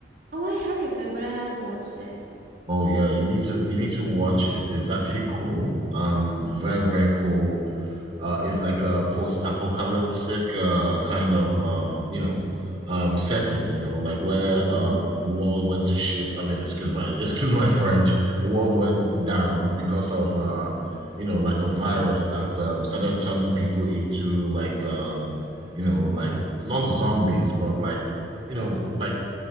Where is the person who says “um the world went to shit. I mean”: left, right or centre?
Right